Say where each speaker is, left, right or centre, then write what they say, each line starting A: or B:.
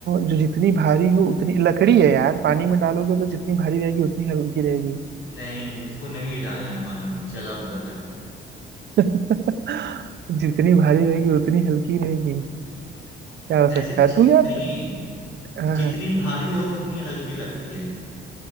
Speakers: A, on the right (about 60°); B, on the left (about 70°).
A: जो जितनी भारी हो उतनी लकड़ी है यार पानी में डालोगे तो जितनी भारी रहेगी उतनी हल्की रहेगी
B: नहीं नहीं उसको नहीं डालना है पानी में चल अब बता
A: <laughs> जितनी भारी रहेगी उतनी हल्की रहेगी क्या हो
B: ऐसी
A: सकता है
B: ची-
A: तू यार
B: नहीं
A: हाँ
B: जितनी
A: हाँ।
B: भारी हो उतनी हल्की लगती है